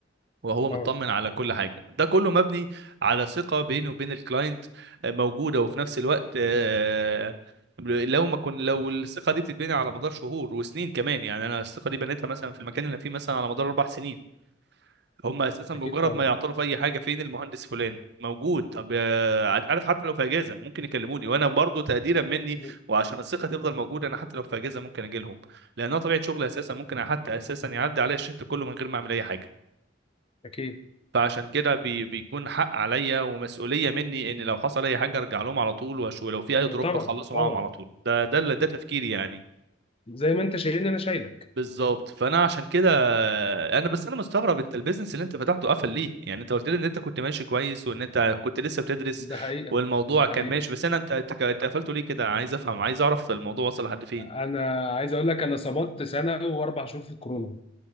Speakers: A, on the right (about 60°); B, on the left (about 30°).
A: وهو مطمن
B: اه
A: على كل حاجه ده كله مبني على ثقه بينه وبين الكلاينت آه، موجوده وفي نفس الوقت آه، لو ما كن لو الثقه دي بتتبني على مدار شهور وسنين كمان يعني انا الثقه دي بنيتها مثلا في المكان اللي أنا فيه مثلا على مدار اربع سنين هم اساسا
B: اكيد
A: بمجرد
B: طبعا
A: ما يعطلوا في اي حاجه فين المهندس فلان موجود طب آه، انت عارف حتى لو في اجازه ممكن يكلموني وانا برضو تقديرا مني
B: مم.
A: وعشان الثقه تفضل موجوده انا حتى لو في اجازه ممكن اجي لهم لانها طبيعه شغلي اساسا ممكن حتى اساسا يعدي عليا الشفت كله من غير ما اعمل اي حاجه
B: اكيد
A: فعشان كده بي بيكون حق عليا ومسؤوليه مني ان لو حصل اي حاجه ارجع لهم على طول وأش- ولو في اي دروب
B: طبعا
A: اخلصه
B: طبعا
A: معاهم على طول ده ده اللي- ده تفكيري يعني
B: زي ما انت شايلني انا شايلك
A: بالظبط فانا عشان كده انا بس انا مستغرب انت البيزنس اللي انت فتحته قفل ليه يعني انت قلت لي ان انت كنت ماشي كويس وان انت كنت لسه بتدرس
B: ده حقيقة
A: والموضوع
B: ده
A: كان
B: حقيقة
A: ماشي بس انا انت انت ك- انت قفلته ليه كده عايز افهم عايز اعرف الموضوع وصل لحد فين
B: انا عايز اقول لك انا صمدت سنه واربع شهور في الكورونا